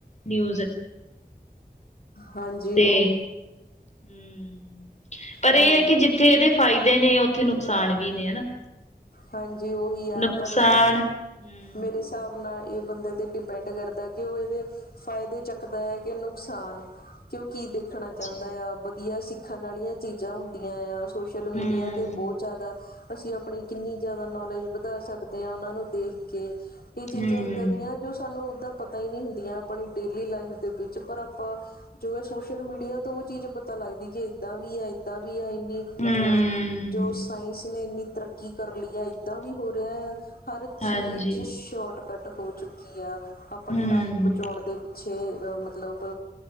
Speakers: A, on the left; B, on the left.
A: ਨਿਊਜ਼
B: ਹਾਂਜੀ ਹਾਂਜੀ
A: ਤੇ
B: ਉਹੀ
A: ਹੂ ਪਰ
B: ਹਾਂਜੀ
A: ਇਹ ਹੈ ਕਿ ਜਿੱਥੇ ਇਹਦੇ ਫਾਇਦੇ ਨੇ ਉੱਥੇ ਨੁਕਸਾਨ ਵੀ ਨੇ ਹਨਾ
B: ਹਾਂਜੀ ਉਹੀ
A: ਨੁਕਸਾਨ
B: ਆ ਪਰ
A: ਹੂੰ,
B: ਮੇਰੇ ਹਿਸਾਬ ਨਾਲ ਇਹ ਬੰਦੇ ਤੇ ਡਿਪੈਂਡ ਕਰਦਾ ਕਿ ਉਹ ਇਹਦੇ ਫਾਇਦੇ ਚੱਕਦਾ ਹੈ ਕਿ ਨੁਕਸਾਨ ਕਿਉਂ ਕੀ ਦੇਖਣਾ
A: ਹਾਂਜੀ
B: ਚਾਹੁੰਦਾ ਆ ਵਧੀਆ ਸਿੱਖਣ ਵਾਲੀਆਂ ਚੀਜ਼ਾਂ ਹੁੰਦੀਆਂ ਆ ਸ਼ੋਸ਼ਲ ਮੀਡੀਆ
A: ਹੂੰ,
B: ਤੇ ਬਹੁਤ ਜ਼ਿਆਦਾ ਅਸੀਂ ਆਪਣੀ ਕਿੰਨੀ ਜ਼ਿਆਦਾ ਨੌਲੇਜ ਵਧਾ ਸਕਦੇ ਹੈ ਉਹਨਾਂ ਨੂੰ ਦੇਖ ਕੇ ਕਈ ਚੀਜ਼ਾਂ
A: ਹੂੰ,
B: ਇੱਦਾਂ ਦੀਆਂ ਜੋ ਸਾਨੂੰ ਉਦਾਂ ਪਤਾ ਹੀ ਨਹੀਂ ਹੁੰਦੀਆਂ ਆਪਣੀ ਡੇਲੀ ਲਾਈਫ ਦੇ ਵਿੱਚ ਪਰ ਆਪਾਂ ਜੋ ਹੈ ਸੋਸ਼ਲ ਮੀਡੀਆ ਤੋਂ ਉਹ ਚੀਜ਼ ਪਤਾ ਲੱਗਦੀ ਕਿ ਏਦਾਂ ਵੀ ਹੈ ਏਦਾਂ ਵੀ ਹੈ।
A: ਹੂੰ,
B: ਮਤਲਬ ਜੋ ਸਾਇੰਸ ਨੇ ਇੰਨੀ ਤਰੱਕੀ ਕਰ ਲਈ ਹੈ ਏਦਾਂ ਵੀ ਹੋ ਰਿਹਾ ਹੈ। ਹਰ
A: ਹਾਂਜੀ
B: ਚੀਜ਼ ਸ਼ੋਰਟਕਟ ਹੋ ਚੁੱਕੀ ਆ ਆਪਾਂ
A: ਹੂੰ,
B: ਟਾਈਮ ਬਚਾਉਣ ਦੇ ਪਿੱਛੇ ਅਹ ਮਤਲਬ